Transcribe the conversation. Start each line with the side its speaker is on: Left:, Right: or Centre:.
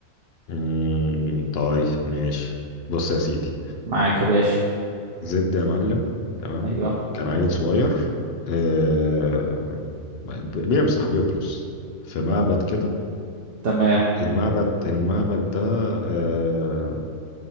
Left: مم، طيب ماشي بص يا سيدي
Right: معاك يا باشا
Left: زد يا معلم تمام
Right: ايوه
Left: كان عيل صغير آه ب- بيمسح بيكنس في معبد كده
Right: تمام
Left: المعبد المعبد ده آه